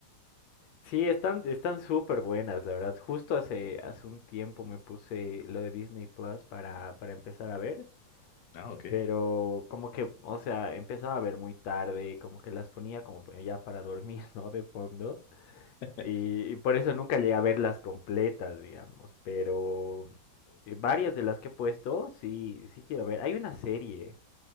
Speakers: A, on the left; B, on the left.
A: Sí, están, están súper buenas, la verdad. Justo hace, hace un tiempo me puse lo de Disney Plus para, para empezar a ver,
B: Ah, ok.
A: pero como que, o sea, empezaba a ver muy tarde, como que las ponía como pa- ya para dormir, <laughs> ¿no? De fondo.
B: <laughs>
A: Y, y por eso nunca llegué a verlas completas, digamos, pero eh, varias de las que he puesto, sí, sí quiero ver. Hay una serie